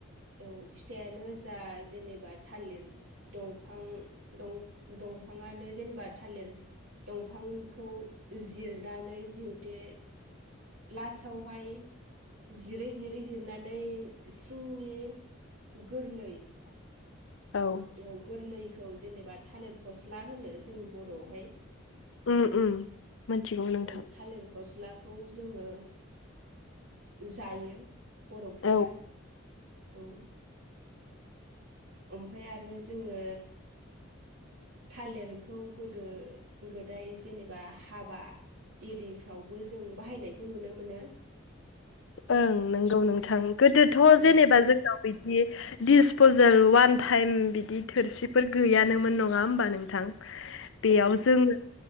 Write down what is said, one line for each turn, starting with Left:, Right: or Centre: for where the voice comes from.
Right: औ फिथाइानो जा जेनेबा थालिर दंफां दं-दंफाङानो जेनेबा थालिर दंफांखौ जिरनानै जिहुथे लासावहाय जिरै जिरै जिरनानै सिंनि गोरलै
Left: औ
Right: एव गोरलैखौ जेनेबा थालिर फस्ला होनो जोंनि बर'आवहाय
Left: उम उम मोनथिगौ नोंथां
Right: औ थालिर फसला खौ जोङो जायो बर'फोरा
Left: औ
Right: औ ओमफाय आरो जोंङो थालिरखौ गोदो गोदाय जेनेबा हाबा एरिफ्रावबो जों बाहायनायखौ नुनो मोनो।
Left: ओं नंगौ नोंथां गोदोथ'
Right: औ
Left: जेनेबा
Right: गो
Left: जोंनाव बिदि दिसपजेल वान टाइम बिदि थोरसिफोर गैयानोमोन नंङा होमबा नोंथां बेयाव
Right: औ
Left: जोङो